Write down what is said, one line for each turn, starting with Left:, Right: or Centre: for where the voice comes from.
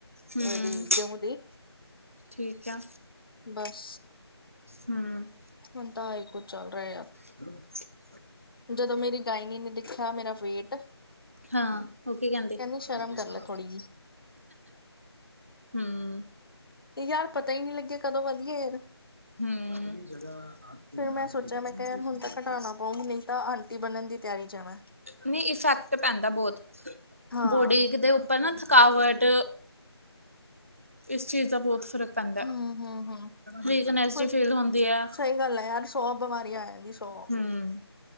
Right: ਹੂੰ
Left: ਦੀ ਜੋਂਉ ਦੀ
Right: ਠੀਕ ਆ
Left: ਬਸ,
Right: ਹੂੰ
Left: ਹੁਣ ਤਾਂ ਹ ਹੀ ਕੁਝ ਚੱਲ ਰਿਹਾ
Right: ਹਮ <inaudible>
Left: ਜਦੋਂ ਮੇਰੀ ਗਾਇਨੀ ਨੇ ਦੇਖਿਆ ਮੇਰਾ ਵੇਟ
Right: ਹਾਂ ਉਹ ਕੀ ਕਹਿੰਦੇ
Left: ਕਹਿੰਦੀ
Right: ਹੈ
Left: ਸ਼ਰਮ ਕਰ ਲੈ ਥੋੜ੍ਹੀ
Right: ਹੂੰ
Left: ਯਾਰ ਪਤਾ ਹੀ ਨਹੀਂ ਲਗਿਆ ਕਦੋਂ ਵਧੀਆ ਯਾਰ
Right: ਹੂੰ ਆਪ ਹੀ ਜਗ੍ਹਾ ਆਪ ਕੇ
Left: ਫਿਰ
Right: ਨਾਮ
Left: ਮੈਂ ਸੋਚਿਆ
Right: ਦੀ ਰਿਕਮੈਂਡੇਸ਼ਨ
Left: ਮੈਂ ਕਿਹਾ ਯਾਰ ਹੁਣ ਤਾਂ ਘਟਾਉਣਾ
Right: ਦੀ
Left: ਪਊ ਨਹੀਂ ਤਾਂ ਆਂਟੀ ਬਣਨ ਦੀ ਤਿਆਰੀ ਚਾ ਮੈਂ
Right: ਨਹੀਂ ਇਫੈਕਟ ਪੈਂਦਾ ਬਹੁਤ,
Left: ਹਾਂ
Right: ਬੋਡੀ ਦੇ ਉੱਪ ਪਰ ਥਕਾਵਟ, ਇਸ ਚੀਜ਼ ਦਾ ਬਹੁਤ ਫ਼ਰਕ ਪੈਂਦਾ
Left: ਹੂੰ ਹੂੰ ਹੂੰ
Right: ਵੀਕਨਸ
Left: ਹੁਣ
Right: ਜਿਹੀ ਫੀਲ ਹੁੰਦੀ ਆ
Left: ਸਹੀ ਗੱਲ ਹੈ ਯਾਰ ਸੌ ਬਿਮਾਰੀਆਂ ਆ ਜਾਂਦੀ ਸੌ
Right: ਹੂੰ,